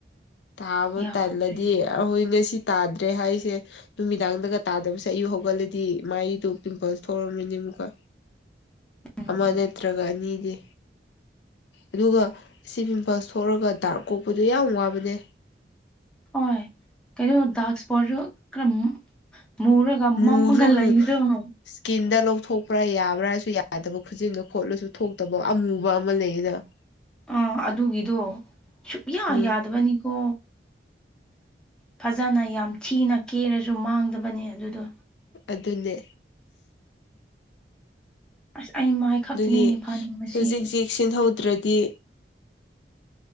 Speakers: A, on the left (about 80°); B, in the centre.
A: ꯇꯥꯕ
B: ꯌꯥꯗ꯭ꯔꯦ
A: ꯇꯜꯂꯗꯤ ꯑꯩꯈꯣꯏ ꯉꯁꯤ ꯇꯥꯗ꯭ꯔꯦ ꯍꯥꯏꯁꯦ ꯅꯨꯃꯤꯗꯥꯡꯗꯒ ꯇꯥꯗꯕꯁꯦ ꯑꯌꯨꯛ ꯍꯧꯒꯠꯂꯗꯤ ꯃꯥꯥꯏꯗ‌ꯨ ꯄꯤꯝꯄꯜꯁ ꯊꯧꯔꯛꯂꯅꯤ ꯑꯃꯨꯛꯀ
B: ꯎꯝ
A: ꯑꯃ ꯅꯠꯇ꯭ꯔꯒ ꯑꯅꯤꯗꯤ ꯑꯗꯨꯒ ꯁꯤ ꯄꯤꯝꯄꯜꯁ ꯊꯣꯛꯔꯒ ꯗꯥꯔꯛ ꯀꯣꯛꯄꯗꯨ ꯌꯥꯝ ꯋꯥꯕꯅꯦ
B: ꯍꯣꯏ ꯀꯩꯅꯣ ꯗꯥꯛ ꯏꯁꯄꯣꯠꯁꯨ ꯈꯔꯝ ꯃꯨꯔꯒ
A: ꯃꯨꯁꯨ
B: ꯃꯝꯃꯒ ꯂꯩꯕꯗ‌ꯣ
A: ꯃꯨ ꯏꯁꯀꯤꯟꯗ ꯂꯧꯊꯣꯛꯄ꯭ꯔꯥ ꯌꯥꯕ꯭ꯔꯥꯁꯨ ꯌꯥꯗꯕ ꯈꯨꯖꯤꯟꯗꯣ ꯈꯣꯠꯂꯁꯨ ꯊꯣꯛꯇꯕ ꯑꯃꯨꯕ ꯑꯃ ꯂꯩꯌꯦꯅ <unintelligible>
B: ꯑꯥ ꯑꯗꯨꯒꯤꯗꯣ ꯁꯨꯛꯌꯥ
A: ꯎꯝ
B: ꯌꯥꯗꯕꯅꯤꯀꯣ ꯐꯖꯅ ꯌꯥꯝ ꯊꯤꯅ ꯀꯦꯔꯁꯨ ꯃꯥꯡꯗꯕꯅꯤ ꯑꯗꯨꯗꯣ
A: ꯑꯗꯨꯅꯦ
B: ꯑꯁ ꯑꯩ ꯃꯥꯏ ꯈꯛꯇꯅꯦ
A: ꯑꯗꯨꯒꯤ
B: ꯐꯥꯅꯤꯡꯕꯁꯦ
A: ꯍꯧꯖꯤꯛꯖꯤ ꯁꯤꯟꯍꯧꯗ꯭ꯔꯗꯤ